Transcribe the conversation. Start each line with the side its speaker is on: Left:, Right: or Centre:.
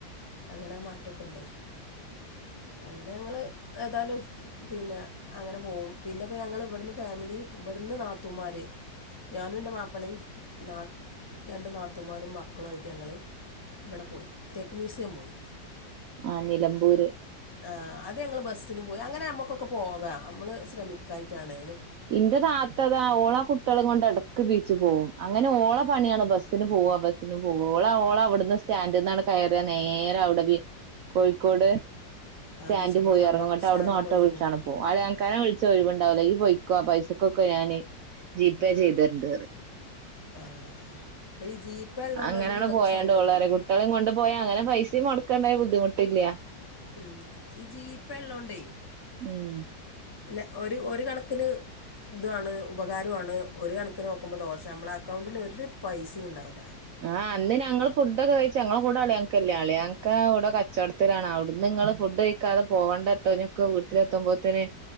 Left: അങ്ങനെ മാറ്റക്ക്ണ്ട് അങ്ങനെ ഞങ്ങള് ഏതാലും പിന്നെ അങ്ങനെ പോവും പിന്നെപ്പ ഞങ്ങള് ഇവട്ന്ന് ഫേമിലി ബട് ന്ന് നാത്തൂമാര്, ഞാനും ഇന്റെ മാപ്പളീം, നാ ഇന്റെ രണ്ട് നാത്തമാരും മക്കളുയിട്ട് ഞങ്ങള് ഇവടെ പോയി തേക്ക് മ്യൂസിയം പോയി
Right: ആഹ് നിലമ്പൂര്
Left: ആഹ് അത് ഞങ്ങള് ബസ്സിന് പോയി അങ്ങനെ നമ്മക്കൊക്കെ പോകാ അമ്മള് ശ്രമിക്കായ്ട്ടാണ്
Right: ഇന്റെ താത്തതാ ഓള കുട്ട്യാളീം കൊണ്ട് എടക്ക് ബീച്ച് പോവും അ ങ്ങനെ ഓളെ പണ്യാണ് ബസ്സിന് പോവാ ബസ്സിനും ഓള ഓള വ്ട്ന്ന് സ്റ്റാൻഡ്ന്നാണ് കയ്റ്യാ നേര വ്ടെ ബി കോഴിക്കോട് സ്റ്റാൻഡ്
Left: ആ ബീച്ച് പോ
Right: പോയി
Left: അവിടെ
Right: എർങ്ങും ങ്ങട്ട്
Left: സ്റ്റാൻഡ്
Right: അവ്ട്ന്ന് ഓട്ടോ
Left: പോയി
Right: വിൾച്ചാണ്
Left: ഇറങ്ങും
Right: പോവും അളിയാൻക്കാനെ വിൾച്ച ഒഴ്‌വ്ണ്ടാവൂല ഇയ്യ് പോയ് ക്കൊ പൈസക്കൊക്കെ ഞാന് ജീപേ ചെയ്തെരെണ്ട് റിം.
Left: ആഹ് ഇപ്പൊ ഈ ജീപ്പേ ഉള്ളോണ്ട്
Right: അങ്ങനാണ്
Left: ഒരു വിധൊക്കെ
Right: പോയാണ്ട്
Left: സൗകര്യാണ്
Right: ഓളറ്യാ കുട്ട്യളിം കൊണ്ട് പോയാ അങ്ങനെ പൈസിം മൊട്ക്കൻണ്ടായ ബുദ്ധിമുട്ടില്ല.
Left: ഉം ഈ ജിപെ ഇള്ളോണ്ടേ
Right: ഉം.
Left: അല്ല ഒര് ഒര് കണക്കിന് ഇത്വാണ് ഉപകാര്വാണ് ഒരു കണക്കിനോക്കുമ്പോ ദോഷ അമ്മളെക്കൗണ്ടില് ഒര് പൈസി ണ്ടാവൂല്ല.
Right: ആഹ് അന്ന് ഞങ്ങള് ഫുഡൊക്കെ കഴിച്ച് ഞങ്ങളെ കൂടെ അളിയാൻകല്ല അളിയാൻക്ക യൗടൊ കച്ചോടത്തിലാണ് <unintelligible> ട്ന്ന്ങ്ങള് ഫുഡ് കയിക്കാതെ പോവണ്ടട്ടോ ഞൊക്കെ വീട്ടിലെത്തുമ്പോത്തിന്